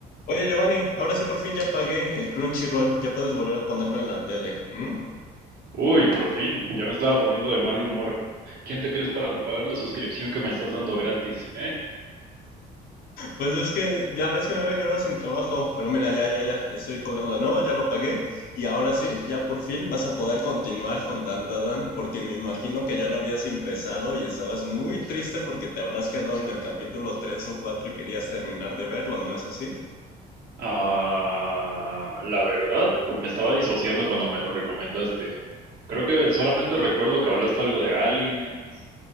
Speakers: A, on the left; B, on the right.
A: Oye Giovanni, ahora sí por fin ya pagué el Crunchyroll, ya puedes volver a ponerlo en la tele. ¿m?
B: Uy, por fin, ya me estaba poniendo de mal humor. ¿Quién te crees para no pagar la suscripción que me estás dando gratis, eh?
A: Pues es que ya ves que me había quedado sin trabajo, pero mira, ya, ya, ya, estoy cobrando de nuevo, ya lo pagué y ahora sí, ya por fin vas a poder continuar con Dandadan, porque me imagino que ya lo habías empezado y estabas muy triste porque te habrás quedado en el capítulo 3 o 4 y querías terminar de verlo, ¿no es así?
B: Ah, la verdad, me estaba disociando cuando me lo recomendaste. Creo que solamente recuerdo que hablaste algo de aliens.